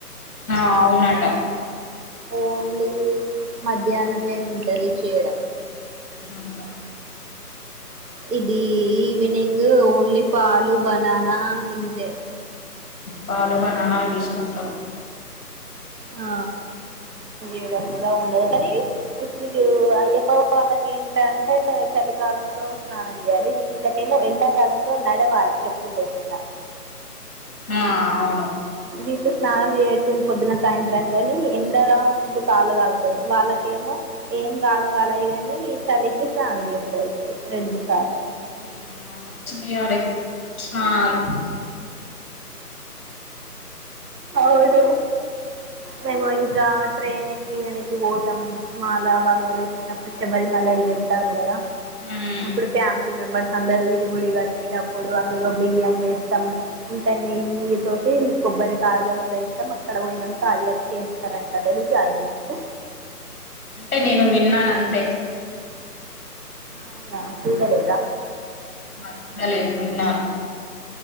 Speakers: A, on the left; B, on the right.
A: ఆ అవునాట
B: ఓన్లీ మధ్యాహ్నమే ఉంటది చేయడం
A: ఉంద
B: ఇది ఈవినింగ్ ఓన్లీ పాలు బనానా ఇంతే
A: పాలు బనానా తీసుకుంటారు
B: ఆ జీవుడ కూడా ఉండదు కానీ ఇప్పుడు అయ్యప్ప వాళ్ళకి ఏంటంటే చలి కాలంలో స్నానం చేయాలి వీల్ ఏమో ఎండాకాలంలో నడవాలి చెప్పులు లేకుండా
A: ఆ అవును
B: వీళ్లు స్నానం చేయొచ్చు పొద్దున సాయంత్రం కాని ఎండ ఫులు కాలు కలుతాయి వాళ్ళకేమో ఏం గాలు గాలియి గాని తలికి సాగ చేసాడు అైతది రెండు సార్లు
A: ఉమ్ అవును చేయాలే స్నానాలు
B: అవును మేము ఇంకా ట్రైన్ ఎక్కి అనకి పో మాల వాళ్ళు వచ్చినప్పుడు శబరిమల అవి వెళ్తారు కదా
A: మ్మ్
B: అప్పుడు ఫ్యామిలీ మెంబర్స్ అందరు ఇరిముడిగట్టేటప్పుడు అందులో బియ్యం వేస్తం ఇంకా నెయ్యి తోటి కొబ్బరి కా లోట్ల ఇస్తాం అక్కడ పోయినంత అయ్యప్పకి వేస్తారండి ఎలుసయి నకు
A: అంటే నేను విన్నాను అంతే
B: అవునా చూడలేద
A: చూడలలు మన్నాను